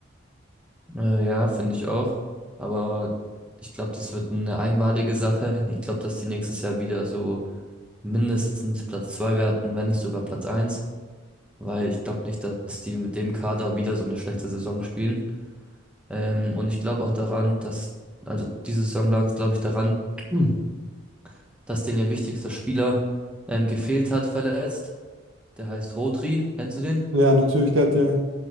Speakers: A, in the centre; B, on the right.
A: Äh, ja, finde ich auch. Aber ich glaube, das wird eine einmalige Sache. Ich glaube, dass die nächstes Jahr wieder so mindestens Platz 2 werden, wenn nicht sogar Platz eins weil ich glaube nicht, dass die mit dem Kader wieder so eine schlechte Saison spielen. Ähm, und ich glaube auch daran, dass, also diese Saison lag es, glaube ich, daran, <clears throat> Hm. dass denen ihr wichtigster Spieler ähm, gefehlt hat, verletzt. Der heißt Rodri. Kennst du den?
B: Ja, natürlich, der hat ja